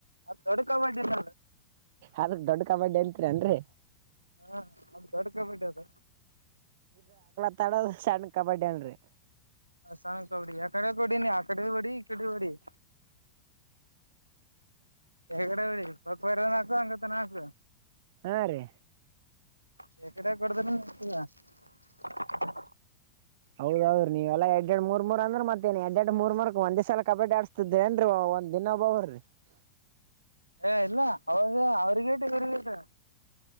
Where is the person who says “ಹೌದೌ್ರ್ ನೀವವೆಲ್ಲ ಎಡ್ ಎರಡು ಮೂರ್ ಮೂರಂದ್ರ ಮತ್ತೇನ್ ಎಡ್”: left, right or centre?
Right